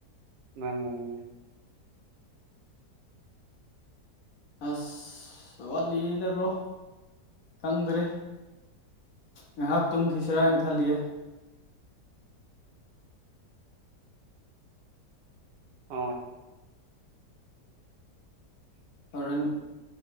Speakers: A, on the right; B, on the left.
A: ꯃꯥꯅꯦ ꯃꯥꯅꯦ
B: ꯑꯁ! ꯋꯥꯠꯂꯤꯗꯕ꯭ꯔꯣ ꯈꯪꯗ꯭ꯔꯦ꯫ ꯉꯥꯏꯍꯥꯛ ꯇꯨꯝꯈꯤꯁꯤꯔꯥ ꯍꯥꯏꯅ ꯈꯜꯂꯤꯌꯦ꯫
A: ꯑꯣ
B: ꯍꯣꯔꯦꯟ